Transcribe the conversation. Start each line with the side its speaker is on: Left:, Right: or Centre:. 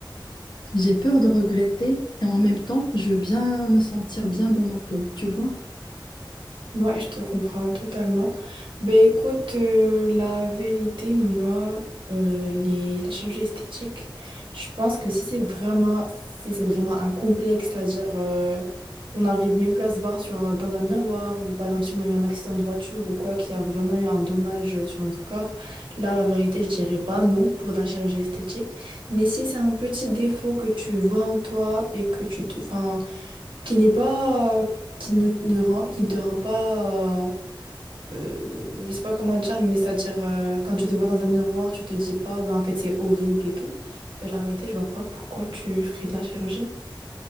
Left: J'ai peur de regretter et en même temps, je veux bien me sentir bien dans ma peau, tu vois.
Right: Ouais, je te comprends totalement. Ben écoute, euh, la vérité, moi, euh, les, la chirurgie esthétique, je pense que si c'est vraiment, si c'est vraiment un complexe, c'est-à-dire euh, qu'on n'arrive même plus à se voir sur, euh, dans un miroir, ou par exemple si on a eu un accident de voiture ou quoi, qui a vraiment eu un dommage sur notre corps, là, la vérité, je dirais pas non pour la chirurgie esthétique. Mais si c'est un petit défaut que tu vois en toi et que tu te... 'fin, qui n'est pas, qui ne, ne rend, qui ne te rend pas, euh, euh, je sais pas comment dire, mais c'est-à-dire euh, quand tu te vois dans un miroir, tu te dis pas, ouais, en fait, c'est horrible et tout. Ben, la vérité, je vois pas pourquoi tu ferais de la chirurgie.